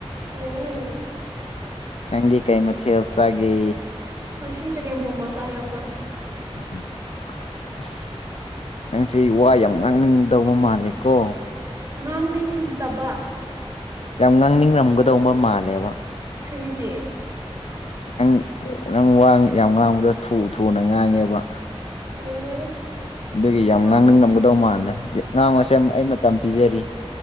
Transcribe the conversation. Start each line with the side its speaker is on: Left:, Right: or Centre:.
Right: ꯎꯝ
Left: ꯅꯪꯗꯤ ꯀꯩ ꯃꯊꯦꯜ ꯆꯥꯒꯦ
Right: ꯁꯤ ꯆꯒꯦꯝꯄꯣꯝꯕ ꯆꯥꯏꯌꯦ ꯑꯩꯈꯣꯏ
Left: ꯎꯝ ꯑꯁ ꯅꯪꯁꯦ ꯋꯥ ꯌꯥꯝ ꯉꯥꯡꯅꯤꯡꯗꯧꯕ ꯃꯥꯜꯂꯦꯀꯣ
Right: ꯉꯥꯡꯅꯤꯡꯗꯕ
Left: ꯌꯥꯝ ꯉꯥꯡꯅꯤꯡꯔꯝꯒꯗꯧꯕ ꯃꯥꯜꯂꯦꯕ
Right: ꯀꯔꯤꯖꯦ
Left: ꯅꯪ ꯅꯪ ꯋꯥ ꯌꯥꯝ ꯉꯥꯡꯕꯗ ꯊꯨ ꯊꯨꯅ ꯉꯥꯡꯉꯦꯕ
Right: ꯑꯣ
Left: ꯑꯗꯨꯒꯤ ꯌꯥꯝ
Right: ꯋꯥ
Left: ꯉꯥꯡꯅꯤꯡꯂꯝꯝꯒꯗꯧ ꯃꯥꯜꯂꯦ ꯉꯥꯡꯉꯁꯦ ꯑꯩ ꯃꯇꯝ ꯄꯤꯖꯔꯤ